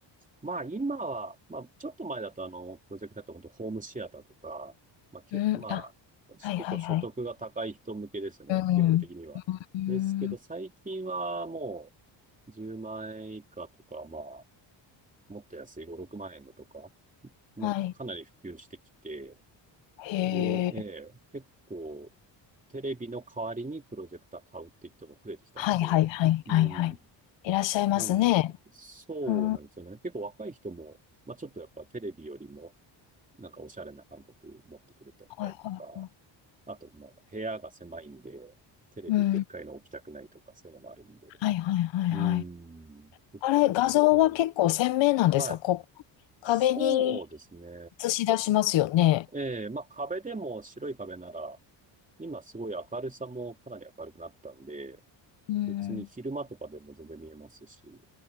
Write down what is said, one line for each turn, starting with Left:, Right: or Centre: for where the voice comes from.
Right: まあ今は、まあちょっと前だとあの、プロジェクトだと本当ホームシアターとか、まあけ、
Left: うん。
Right: まあ、
Left: あ、はいはいはい。
Right: 結構所得が高い人向けですね、
Left: うん。
Right: 基本的には。
Left: うん。
Right: ですけど最近はもう10万円以下とか、まあ、もっと安い5、6万円のとか、もうかなり普及してきて、
Left: はい。へえ。
Right: で、ええ結構テレビの代わりにプロジェクター買うって人も増えてきたんで、
Left: はいはいはいはいはい。
Right: うん。
Left: いらっしゃいますね。
Right: なんで、そうなんですよね。
Left: うん。は
Right: 結構若い人も、まあちょっとやっぱテレビよりも、なんかおしゃれな感覚持ってくれてたりとか、
Left: いは
Right: あと、まあ部屋が狭いんで、テレビでっかいの置きたくないとか、
Left: い。うん。
Right: そういうのもあるんで。
Left: はいはいはいはい。
Right: うーん。結構なんかいる、
Left: あれ、画像は結構鮮明なんですかこう、
Right: いろんな。はい。
Left: 壁に
Right: そうですね。
Left: 映し出しますよね。
Right: ええ、まあ壁でも白い壁なら、今すごい明るさもかなり明るくなったんで、
Left: うん、
Right: 別に昼間とかでも全然見えますし、